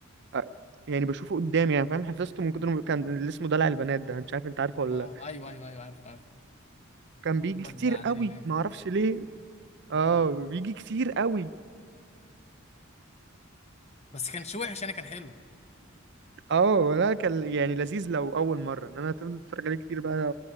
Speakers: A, on the right; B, on the left.
A: آه، يعني بشوفه قدامي يعني فاهم حفظته من كتر ما كان اللي اسمه دلع البنات ده مش عارف انت عارفه ولا
B: آه،
A: لا
B: ايوه ايوه ايوه عارف عارف
A: كان بيجي
B: محمد
A: كتير
B: عادل
A: قوي
B: امام
A: ما اعرفش ليه اه بيجي كتير قوي
B: بس كانش وحش يعني كان حلو
A: اه ولا كان يعني لذيذ لو اول مره انما هتفضل تتفرج عليه كتير بقى